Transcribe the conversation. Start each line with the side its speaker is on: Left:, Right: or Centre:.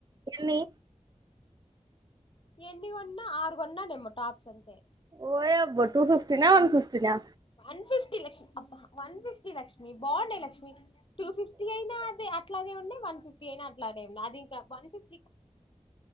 Right: ఎన్ని
Left: ఎన్ని కొన్నా ఆరుగొన్ననేమో టాప్స్ అంతే.
Right: ఓయబ్బో టు ఫిఫ్టీ నా వన్ఫిఫ్టీ నా
Left: వన్ ఫిఫ్టీ లక్ష్మి అబ్బా వన్ ఫిఫ్టీ లక్ష్మి బాగుండాయి లక్ష్మి టూ ఫిఫ్టీ అయినా అదే అట్లాగే ఉన్నాయ్ వన్ ఫిఫ్టీ అయినా అట్లానే అదింకా వన్ ఫిఫ్